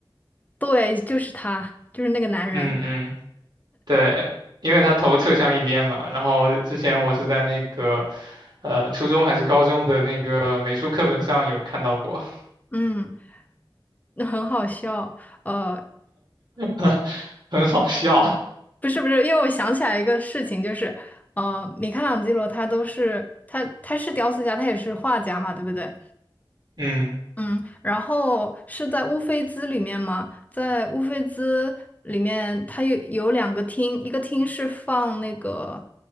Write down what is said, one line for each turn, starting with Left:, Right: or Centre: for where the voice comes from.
Left: 对，就是他，就是那个男人，
Right: 嗯嗯对，因为他头侧向一边嘛。然后之前我是在那个呃初中还是高中的那个美术课本上有看到过，
Left: 嗯，那很好笑，呃，
Right: <laughs> 很好笑。
Left: 不是不是，因为我想起来一个事情，就是呃，米开朗基罗他都是他他是雕塑家，他也是画家嘛，对不对？
Right: 嗯
Left: 嗯，然后是在乌菲兹里面吗？在乌菲兹里面，它有有两个厅，一个厅是放那个，